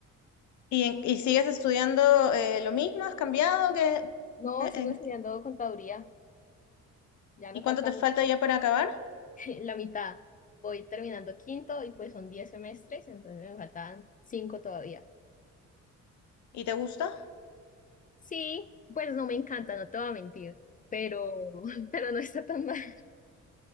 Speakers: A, on the left (about 70°); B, on the left (about 30°).
A: ¿Y, en- y sigues estudiando eh, lo mismo? ¿Has cambiado? ¿Qué,
B: No,
A: qué-
B: sigo
A: en-
B: estudiando contaduría, ya
A: ¿y
B: no
A: cuánto
B: falta
A: te
B: mu-
A: falta ya para acabar?
B: <laughs> la mitad. Voy terminando quinto y pues son 10 semestres, entonces me faltan cinco todavía.
A: ¿Y te gusta?
B: Sí, pues no me encanta, no te voy a mentir, pero, <laughs> pero no está tan mal.